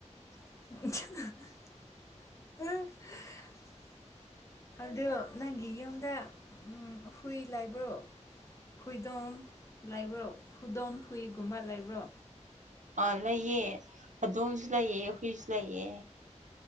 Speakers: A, on the left; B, on the right.
A: <unintelligible> ꯑꯗꯨ ꯅꯪꯒꯤ ꯌꯨꯝꯗ꯫ ꯎꯝ ꯍꯨꯏ ꯂꯥꯏꯕ꯭ꯔꯣ ꯍꯨꯏꯗꯣꯟ ꯂꯥꯏꯕ꯭ꯔꯣ ꯍꯨꯏꯗꯣꯟ ꯍꯨꯏ꯫ ꯒꯨꯝꯕ ꯂꯩꯕ꯭ꯔꯣ꯫
B: ꯑꯥ ꯂꯩꯑ ꯍꯧꯗꯣꯡꯁꯨ ꯂꯩꯑꯦ ꯍꯨꯏꯁꯨ ꯂꯩꯑꯦ꯫